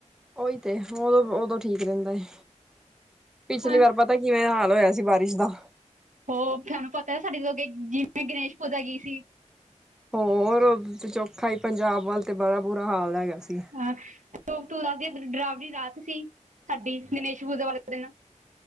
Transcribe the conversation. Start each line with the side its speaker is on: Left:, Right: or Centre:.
Centre: ਉਹੀ ਤੇ ਉਦੋਂ ਉਦੋਂ ਠੀਕ ਰਹਿੰਦਾ ਏ ਪਿਛਲੀ
Right: ਹਾਂ
Centre: ਵਾਰ ਪ ਪਤਾ ਕਿਵੇਂ ਹਾਲ ਹੋਇਆ ਸੀ ਬਾਰਿਸ਼ ਦਾ
Right: ਹੋ ਸਾਨੂੰ ਪਤਾ ਸਾਡੇ ਤੋਂ ਅੱਗੇ ਜਿਵੇਂ ਗਣੇਸ਼ ਪੂਜਾ ਗਈ ਸੀ
Centre: ਹੋਰ ਤੇ ਚੋਖਾ ਹੀ ਪੰਜਾਬ ਵੱਲ ਤੇ ਬੜਾ ਬੁਰਾ ਹਾਲ ਹੈਗਾ ਸੀ
Right: ਹਾਂ <unintelligible> ਡਰਾਵਲੀ ਰਾਤ ਸੀ ਸਾਡੀ ਗਨੇਸ਼ ਪੂਜਾ ਵਾਲੇ ਦਿਨ